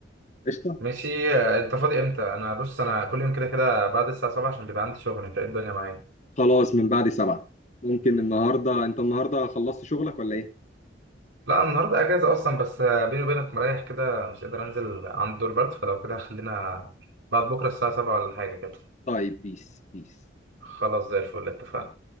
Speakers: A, on the left; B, on the right.
A: قشطة
B: ماشي آه، أنت فاضي إمتى؟ أنا بص أنا كل يوم كده كده بعد الساعة 7 عشان بيبقى عندي شغل أنت إيه الدنيا معايا؟
A: خلاص من بعد سبعة ممكن النهاردة انت النهاردة خلصت شغلك ولا ايه
B: لا النهاردة أجازة أصلا بس آه، بيني وبينك مريح كده مش قادر أنزل عند دور برد فلو كده خلينا بعد بكرة الساعة 7 ولا حاجة كده
A: طيب بيس بيس
B: خلاص زي الفل اتفقنا